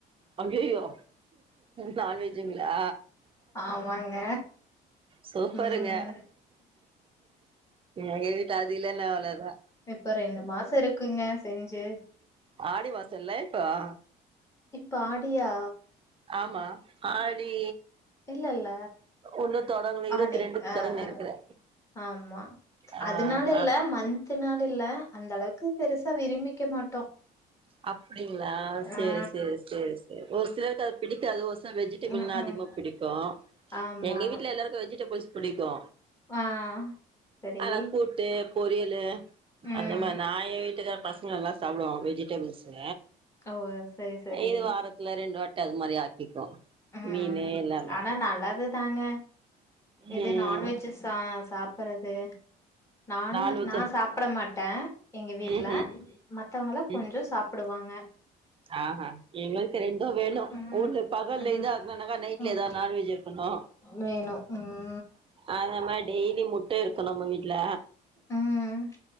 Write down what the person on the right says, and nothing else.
அய்யய்யோ நான்வெஜ்ஜுங்ளா
சூப்பருங்க
எங்க வீட்ல அது இல்லனா அவ்ளதா
ஆடி மாச இல்ல இப்ப ஆ
ஆமா ஆடி
ஒன்னு தொடங்கல இருவத்தி
ரெண்டுக்கு
தொடங்க நெனைக்கிறே
ஆ
ஆ
அப்டிங்களா சேரி
சேரி சேரி சேரி ஒரு சிலருக்கு அது பிடிக்காது ஒரு வெஜிடபிள்னா
அதிகமா பிடிக்கு
எங்க வீட்ல எல்லாருக்கு வெஜிடபிள்ஸ் பிடிக்கு
ஆனா கூட்டு பொரியலு
அந்த மா நா ஏ வீட்டுக்கா பசங்கல்லா சாப்டுங் வெஜிடபிள்ஸ்சு
இது வாரத்துல ரெண்டு வாட்ட அது மாரி ஆக்கிக்குவோ
மீனு எல்லாமே
ம்
நான்வெஜ்ஜு
ம்ஹூம்
ம்
ஆஹா எங்களுக்கு ரெண்டு வேணு
ஊர்ல பகல்ல
இத <unintelligible> நைட்ல
ஏதா நான்வெஜ் இருக்கணு
அந்த மாரி டெய்லி முட்ட இருக்கு நம்ம வீட்ல